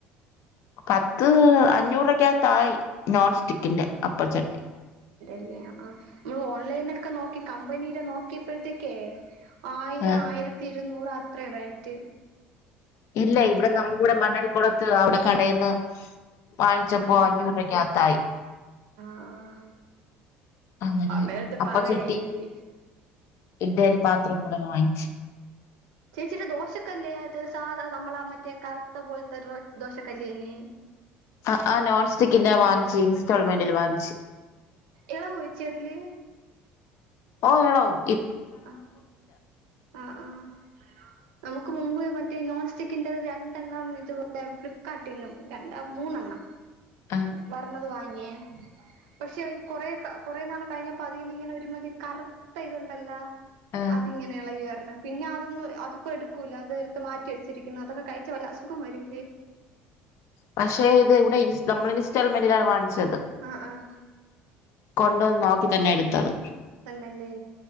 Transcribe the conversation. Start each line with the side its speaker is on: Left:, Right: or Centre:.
Left: പത്ത് അഞ്ഞൂറ് രൂപയ്ക്കകത്ത് ആയി നോൺസ്റ്റിക്കിന്റെ അപ്പച്ചട്ടി
Right: ല്ലേ ആഹ് ഈ ഓൺലൈൻ ഒക്കെ നോക്കി കമ്പനിടെ നോക്കിയപ്പോഴത്തേക്കേ- ആയിരം
Left: ആ
Right: ആയിരത്തി ഇരുന്നൂറ് അത്രേം റേറ്റ്
Left: ഇല്ല ഇവിടെ നമുക്ക്
Right: ഓ
Left: ഇവിടെ മണ്ണടിക്കുളത്ത് അവിടെ കടെന്ന് വാങ്ങിച്ചപ്പോ
Right: ആഹ് ആഹ്
Left: അഞ്ഞൂറ് രൂപക്കകത്തായി
Right: ആഹ്
Left: അങ്ങനെ
Right: അമ്മേടുത്ത്
Left: അപ്പച്ചട്ടി
Right: പറയ് ഏങ്കി-
Left: ഇഡ്ഡലി പാത്രം കൂടെ വാങ്ങിച്ച്
Right: ചേച്ചിടെ ദോശക്കല്ല് ഏത് സാധാ നമ്മളാ മറ്റേ കറുത്ത പോലത്തെ ദോശക്കല്ല് തന്നേ
Left: ആ ആ നോൺ സ്റ്റിക്കിന്റെ വാങ്ങിച്ച് ഇൻസ്റ്റാൾമെന്റിൽ വാങ്ങിച്ച്
Right: ഇളവുവോ ചേച്ചി അതില്
Left: ഓ ഇളവും
Right: ആഹ് ആഹ് ആഹ് നമുക്ക് മുമ്പ് മറ്റേ നോൺ സ്റ്റിക്കിന്റത് രണ്ടെണ്ണം ഇതുപോലെ ഫ്ലിപ്പ്കാർട്ടിൽ ന്ന് രണ്ട മൂന്നെണ്ണം
Left: ആഹ്
Right: വർണത് വാങ്ങിയേ പക്ഷെ കൊറേ ക്ക കുറേ നാള് കഴിഞ്ഞപ്പോ അതീന്ന് ഇങ്ങനെ ഒരുമാതിരി കറുത്ത ഇത് ഒണ്ടല്ലോ
Left: ആഹ്
Right: അതിങ്ങനെ ഇളകി വർ പിന്നെ അതൊന്നും അതിപ്പോ എടുക്കൂല അത് എടുത്ത് മാറ്റി വെച്ചിരിക്കുന്ന് അതൊക്കെ കഴിച്ചാ വല്ല അസുഖം വരൂല്ലേ
Left: പക്ഷേ ഇത് ഇവിടെ നമ്മൾ ഇൻസ്റ്റാൾമെന്റിലാണ് വാങ്ങിച്ചത്
Right: ആഹ് ആഹ്
Left: കൊണ്ടുവന്ന് നോക്കി തന്നെ എടുത്തത്
Right: തന്നല്ലേ